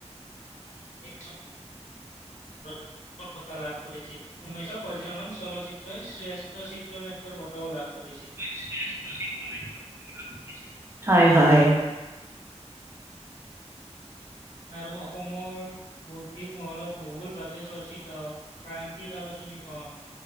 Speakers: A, on the left; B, on the right.
A: <unintelligible> সফলতা লাভ কৰিছে। উনৈছ পঁচিছ চনত চলচ্চিত্ৰই শ্ৰেষ্ঠ চিত্ৰনাট্যৰ বঁটাও লাভ কৰিছে।
B: <unintelligible> হয় -হয়
A: আৰু অসমৰ বৌদ্ধিক মহলত বহুল ভাৱে চৰ্চিত প্ৰান্তিক আলোচনীখন